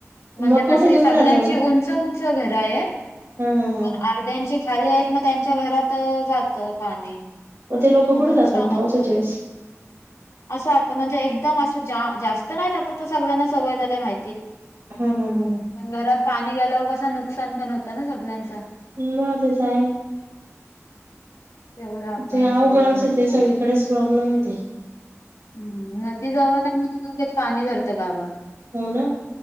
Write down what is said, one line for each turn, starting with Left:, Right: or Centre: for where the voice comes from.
Left: म्हणजे
Right: मग कुठे
Left: त
Right: तुम्ही
Left: सगळ्यांची
Right: राहता मग
Left: उंच उंच घरं आहेत
Right: हा हा हा
Left: पण
Right: हा
Left: अर्ध्यांची खाली आहेत मग त्यांच्या घरात जात पाणी
Right: मग ते लोक
Left: म
Right: कुठे
Left: नुकसान
Right: जातात मग
Left: होत
Right: पावसाच्या वेळेस
Left: असं आता म्हणजे एकदम असं जास्त स सवय झा मा
Right: हा हा हा
Left: घात पा ग नुकसान पण होत ना सगळ्यांचा
Right: म ते आहे
Left: तेवढ्या आपणण
Right: ते अवघडच
Left: सगळं भरणार
Right: आहे ते सगळीकडेच प्रॉब्लेम आहे ते
Left: हम नदी जवळ म्ह लत पाणी भरतं गावात
Right: हो ना